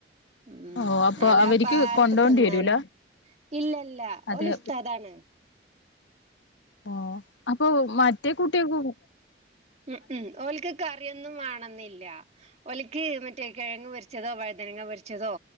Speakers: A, on the right; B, on the left.
A: ഉം
B: ഓ അപ്പൊ
A: അലാപ്പാരപ്പ
B: അവർക്ക് കൊണ്ടോണ്ടി
A: തിന്നാന്
B: വരൂല
A: ഇല്ലല്ല
B: അതെ
A: ഓലുസ്താദാണ്
B: ഓ അപ്പൊ മറ്റേ കുട്ട്യാക്കും
A: ഉം ഉം ഓൽക്ക് കറിയൊന്നും വേണംന്നില്ല ഓൽക്ക് മറ്റേ കിഴങ്ങ് പൊര് <unintelligible> വഴുതനങ്ങ പൊരിച്ചതോ